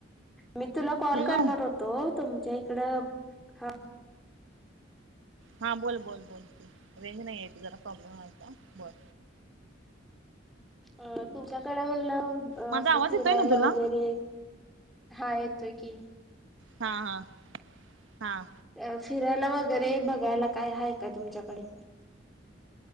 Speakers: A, in the centre; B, on the right (about 85°).
A: मी तुला कॉल
B: हॅलो
A: करणार होतो, तुमच्या इकडं हा
B: हा बोल बोल बोल तु, रेंज नाही आहे ईत जरा प्रॉब्लेम आहेयता बोल.
A: अ तुमच्याकडे म्हणलं,
B: माझा
A: असं
B: आवाज
A: फिरायला
B: येतोय ना तुला
A: वगैरे हा येतोय की.
B: हां हां हां.
A: अ फिरायला वगैरे बघायला काय आहे का तुमच्याकडे?